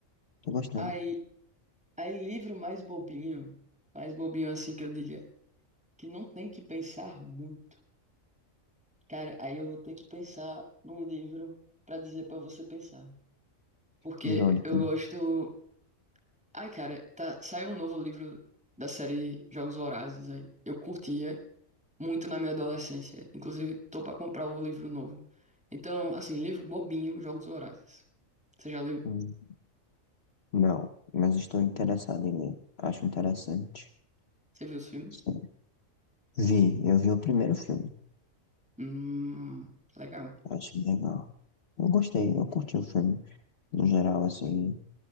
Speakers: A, on the left; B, in the centre.
A: Tô gostando.
B: Aí, aí livro mais bobinho, mais bobinho assim que eu diga, que não tem que pensar muito. Cara, aí eu vou ter que pensar num livro pra dizer pra você pensar. Porque
A: Irônico,
B: eu
A: né?
B: gosto. Ai, cara, tá, saiu um novo livro da série Jogos Vorazes aí. Eu curtia muito na minha adolescência. Inclusive, tô pra comprar o livro novo. Então, assim, livro bobinho, Jogos Vorazes. Você já leu?
A: Hum, Não, mas estou interessado em ler. Acho interessante.
B: Você viu os filmes?
A: Sim. Vi, eu vi o primeiro filme.
B: Hum, legal.
A: Achei legal. Eu gostei, eu curti o filme. No geral, assim,